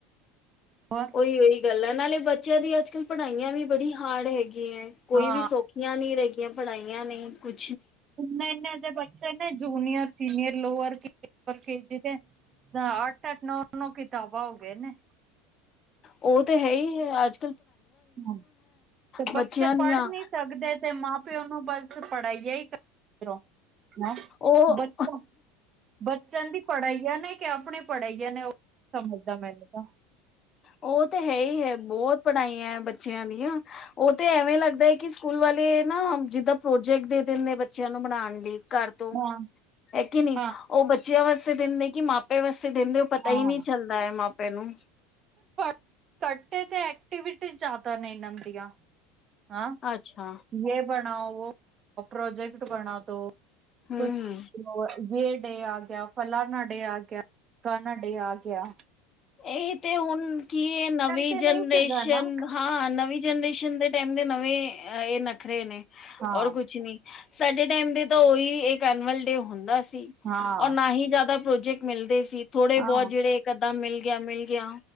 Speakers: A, on the right; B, on the left.
A: ਹੋਰ
B: ਉਹੀ- ਉਹੀ ਗੱਲ ਆ, ਨਾਲੇ ਬੱਚਿਆਂ ਦੀ ਅੱਜ ਕੱਲ੍ਹ ਪੜ੍ਹਾਈਆਂ ਵੀ ਬੜੀ ਹਾਰਡ ਹੈਗੀ ਐ, ਕੋਈ
A: ਹਾਂ
B: ਵੀ ਸੌਖੀਆਂ ਨੀ ਰਹਿਗੀਆਂ, ਪੜਾਈਆਂ ਨਹੀਂ ਕੁਝ
A: ਇਨਾ-ਇਨਾ ਬੱਚੇ ਨੇ ਜੂਨੀਅਰ, ਸੀਨੀਅਰ, ਲੋਅਰ ਕੇ ਦੇ <unintelligible> ਅੱਠ-ਅੱਠ, ਨੌ-ਨੌ ਕਿਤਾਬਾਂ ਹੋ ਗਏ ਨੇ।
B: ਉਹ ਤੇ ਹੈ ਈ ਐ ਅੱਜ
A: ਹੂੰ ਤੇ
B: ਬੱਚਿਆਂ
A: ਬੱਚੇ ਪੜ੍ਹ
B: ਦੀਆਂ
A: ਨੀ ਸਕਦੇ ਤੇ ਮਾਂ ਪਿਓ ਨੂੰ ਬ ਪੜ੍ਹਾਈਆ ਈ ਕ ਹੈ,
B: ਉਹ
A: ਬੱਚਿਆ-ਬੱਚਿਆਂ ਦੀ ਪੜ੍ਹਾਈ ਆ ਨੇਂ ਈ ਆਪਣੀ ਪੜ੍ਹਾਈਆਂ ਨੇ, ਉਹ ਸਮਝਦਾ ਮੈਨੂੰ ਤਾਂ।
B: ਉਹ ਤੇ ਹੈ ਈ ਹੈ, ਬਹੁਤ ਪੜ੍ਹਾਈਆਂ ਬੱਚਿਆਂ ਦੀਆਂ, ਉਹ ਤੇ ਐਵੇਂ ਲੱਗਦਾ ਐ ਕਿ ਸਕੂਲ ਵਾਲੇ ਨਾਂ ਜਿੱਦਾਂ ਪ੍ਰੋਜੈਕਟ ਦੇ ਦਿਨ ਨੇਂ ਬੱਚਿਆਂ ਨੂੰ ਬਨਾਉਣ ਲਈ। ਘਰ ਤੋਂ।
A: ਹਾਂ
B: ਹੈ ਕਿ ਨਈਂ
A: ਹਾਂ
B: ਉਹ ਬੱਚਿਆਂ ਵਾਸਤੇ ਦਿੰਦੇ ਕਿ ਮਾਪੇ ਵਾਸਤੇ ਪੈਸੇ ਦਿੰਦੇ ਓ ਪਤਾ
A: ਹਾਂ
B: ਈ ਨੀਂ ਚੱਲਦਾ ਐ ਮਾਪਿਆਂ ਨੂੰ।
A: ਕਰਟੇ ਤੇ ਐਕਟੀਵਿਟੀ ਜ਼ਿਆਦਾ ਨਈ ਲੈਂਦੀਆਂ। ਹਾਂ।
B: ਅੱਛਾ
A: ਯੇ ਬਣਾਓ, ਵੋ ਪ੍ਰੋਜੈਕਟ ਬਣਾ ਦੋ
B: ਹਮ
A: ਕੁਛ ਯੇ ਡੇ ਆ ਗਿਆ, ਫਲਾਨਾ ਡੇ ਆ ਗਿਆ। ਕਾਨਾ ਡੇ ਆ ਗਿਆ।
B: ਇਹ ਤੇ ਹੁਣ ਕੀ ਇਹ ਨਵੀਂ
A: ਤੇ
B: ਜਨਰੇਸ਼ਨ,
A: ਨਹੀਂ ਸੀਗਾ ਨਾ
B: ਹਾਂ ਨਵੀਂ ਜਨਰੇਸ਼ਨ ਸ਼ਨ ਦੇ ਟਾਈਮ ਦੇ ਨਵੇਂ ਇਹ ਨਖਰੇ ਨੇਂ,
A: ਹਾਂ
B: ਔਰ ਕੁਛ ਨੀਂ। ਸਾਡੇ ਟਾਈਮ ਦੇ ਤਾਂ ਉਹੀ ਇੱਕ ਐਨੂਅਲ ਡੇ ਹੁੰਦਾ ਸੀ।
A: ਹਾਂ
B: ਔਰ ਨਾਂ ਹੀ ਜ਼ਿਆਦਾ ਪ੍ਰੋ ਮਿਲਦੇ ਸੀ, ਥੋੜੇ
A: ਹਾਂ
B: ਬਹੁਤ ਜਿਹੜੇ ਇੱਕ ਅੱਧਾ ਮਿਲ ਗਿਆ, ਮਿਲ ਗਿਆ।